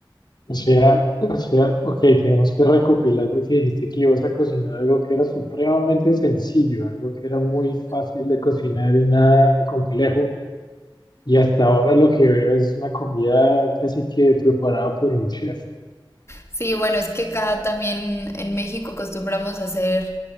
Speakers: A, on the left; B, on the left.
A: o sea, o sea, ok, tenemos que recopilar porque dijiste que ibas a cocinar algo que era supremamente sencillo, algo que era muy fácil de cocinar y nada complejo. Y hasta ahora lo que veo es una comida casi que preparada por un chef.
B: Sí, bueno, es que acá también en México acostumbramos a hacer